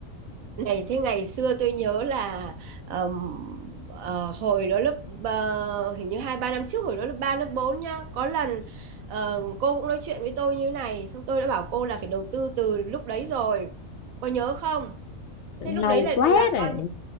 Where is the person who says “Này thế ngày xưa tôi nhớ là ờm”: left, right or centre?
Right